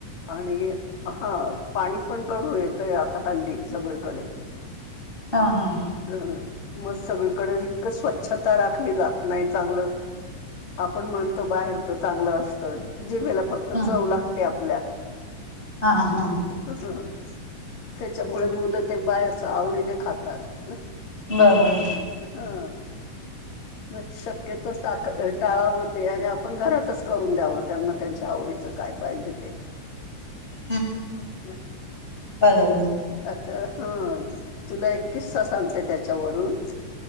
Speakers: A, on the left; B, on the left.
A: आणि हे हा पाणी पण गडूळ येतयं आता हल्ली सगळीकडे
B: हा, हा,
A: मंग सगळीकडे इतकं स्वच्छ, स्वच्छता राखली जात नाही चांगलं आपण म्हणतो बाहेरचं चांगलं असतं जिभेला फक्त
B: हम्म
A: चव लागते. आपल्या
B: हा, हा,
A: त्तसं याच्यामुळे मुलं ते बाहेरचं आवडीने खातात.
B: बरं रं
A: हा. मग शक्यत टाळावं ते आणि आपण घरातचं करून दयाव त्यांना त्यांच्या आवडीचं काय पाहिजे ते.
B: <unintelligible>
A: अच्छा
B: बरोबर
A: आता हा तुला एक किस्सा सांगते त्याच्यावरून